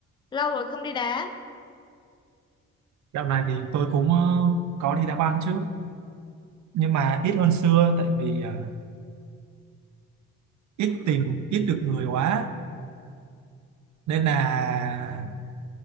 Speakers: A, on the left; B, on the right.
A: lâu rồi không đi đá
B: dạo này thì tôi cũng ờ, có đi đá banh chứ nhưng mà ít hơn xưa tại vì ờ, ít tìm ít được người quá nên là